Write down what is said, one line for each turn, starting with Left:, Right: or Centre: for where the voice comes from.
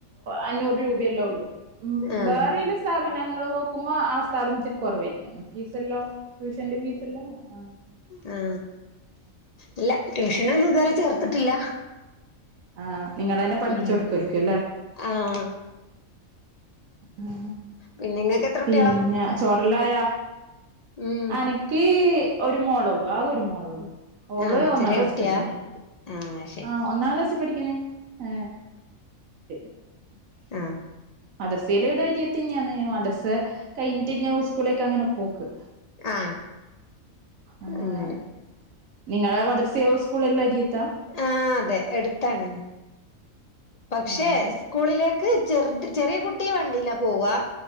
Right: അഞ്ഞൂറ് രൂപയല്ലേ ഉള്ളൂ ഉ
Left: ആഹ്
Right: വേറേല സ്ഥാപനങ്ങള് നോക്കുമ്പോ ആ സ്ഥാപനത്തിൽ കുറവാ യിരിക്കാം ഫീസല്ലോ ട്യൂഷന്റെ ഫീസല്ലോ ആഹ്
Left: ആ ഇല്ല ട്യൂഷനൊന്നും ഇതുവരെ ചേർത്തിട്ടില്ല
Right: ആ നിങ്ങളെന്നെ പഠിപ്പിച്ചു
Left: ഉം
Right: കൊടുക്കുരിക്കും അല്ലേ
Left: ആഹ്
Right: ആ
Left: പിന്നെ ഇങ്ങക്ക് എത്ര കുട്ടികളാ
Right: പിന്നെ ചോറല്ലായോ
Left: ഉം
Right: അനക്ക് ഒരു മോളേള്ളു ആകഒരു മോളേള്ളു ഓള്
Left: ആഹ്
Right: ഒന്നാം
Left: ചെറിയ
Right: ക്ലാസ്സിൽ
Left: കുട്ടിയാ
Right: പഠിക്കുന്ന
Left: ആഹ് ശരി
Right: ആ ഒന്നാം ക്ലാസ്സിൽ പഠിക്കണേആഹ് <unintelligible>
Left: ആ
Right: മദർസയിലെ ഇയടെര്യത്തന്നെയന്ന് മദർസ കഴിഞ്ഞിട്ട്ന്ന സ്കൂളിലക്ക് അങ്ങനെ പോക്ക്
Left: ആ
Right: ആഹ്
Left: അങ്ങനെ
Right: നിങ്ങളെ മദ ർസയു സ്കൂളെല്ലാം അരിയത്താ
Left: ആ അതെ എടുത്താണ് പക്ഷെ
Right: ആഹ്
Left: സ്കൂളിലേക്ക് ചെർത് ചെറിയ കുട്ടി വണ്ടീലപോവ